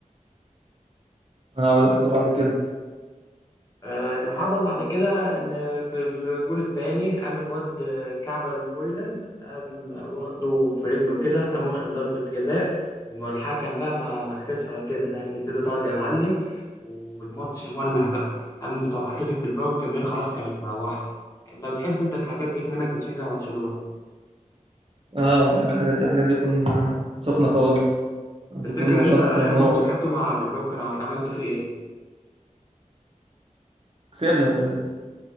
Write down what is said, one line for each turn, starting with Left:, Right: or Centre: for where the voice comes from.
Right: اه واللي حصل بعد كده
Left: آه، اللي حصل بعد كده ان في الجول الثاني قام الواد كعبة الهويلاند قام واخده في رجله كده قام واخد ضربة جزاء والحكم بقى ما مسكتش على كده قام مديله طرد يا معلم والماتش ولع بقى قام بتوع اتلتيك بالباو والجماهير خلاص كانت مروحة انت بتحب انت الحاجات دي منك بتشجع برشلونة
Right: اه بحب الحاجات دي الحاجات دي تكون آه، سخنة خالص بتكون
Left: تفتكر
Right: ماتشات
Left: انت اخر
Right: نور
Left: ماتش لعبته مع بالباو كان عم- عملته فيه ايه؟
Right: كسبنا بتاع.